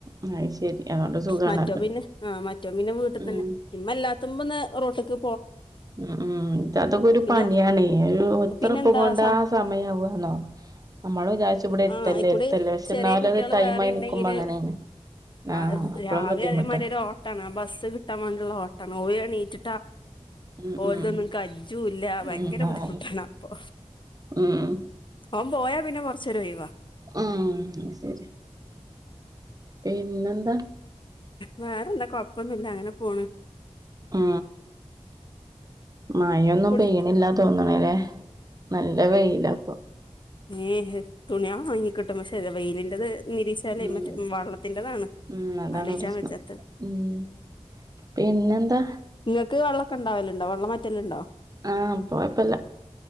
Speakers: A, on the right; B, on the left.
A: അത് ശരി അതോണ്ട് സുഖാണല്ലോ
B: മറ്റോ പിന്നെ ആ മറ്റോ പിന്നെ വീട്ടിൽ
A: ഉം
B: തന്നെ ഇമ്മ എല്ലാത്തുമ്പ റോട്ടക്ക്
A: ഉ ഉ അതൊക്കെ ഒരു
B: പിന്നെ
A: പണിയാണ് ഒരു എത്രപ്പം
B: പിന്നെന്താ
A: കൊണ്ടാ
B: സം
A: സമയവുവാന്നോ നമ്മള് വിചാരിച്ച ഇവിടെ
B: ആ
A: എരുത്തല്ലേ
B: അയിക്കൂടെ
A: എരുത്തല്ലേ പക്ഷെ
B: ചെറിയ
A: എന്നലും
B: കുട്ടികള്
A: അത് ടൈമായി
B: വേറെ ഉണ്ടെങ്കില്
A: നിക്കുമ്പോ അങ്ങനെയാണ് ആഹ്
B: ആ
A: അപ്പളും
B: രാവില
A: ബുദ്ധിമുട്ടാ
B: അതേമാതിരി ഒരു ഓട്ട ആ ബസ് കിട്ടാൻ വേണ്ടിയുള്ള ഓട്ടാണ് ഒര് വേണീറ്റ്
A: ഉം
B: ഓലതൊന്നും
A: ഉം
B: കജ്ജുംല്ല ഭയങ്കര
A: ഉം
B: ബുദ്ധിമുട്ടാണ്
A: അതാണ്
B: അപ്പൊ
A: ഉം
B: ഓൻ പോയാ പിന്നെ കൊറച്ചരഒയിവ
A: ഉം അത് ശരി പിന്നെന്താ
B: വേറെലന്താ കൊഴപ്പൊന്നുമല്ല അങ്ങനെ പോണ്
A: ആ.. മഴൊന്നും
B: കുടി
A: പെയണില്ലാ തോന്നണല്ലേ നല്ല വെയിലപ്പൊ
B: ഏ തുണിയാള് ഓണങ്ങി കിട്ടും പക്ഷെ വെയിലിൻറത് വിരീച്ചാല
A: ഉം
B: മറ്റേ വെള്ളത്തിന്റെതാണ്
A: ഉം അതാണ്
B: ആലോചിച്ചാൻ
A: പ്രശ്നം
B: വെജാത്ത്
A: ഉം പിന്നെന്താ
B: നിങ്ങൾക്ക് വെള്ളക്കെ ഉണ്ടാവല്ലണ്ടോ വെള്ളം വറ്റലുണ്ടോ
A: ആ പ്പ കുയപ്പല്ല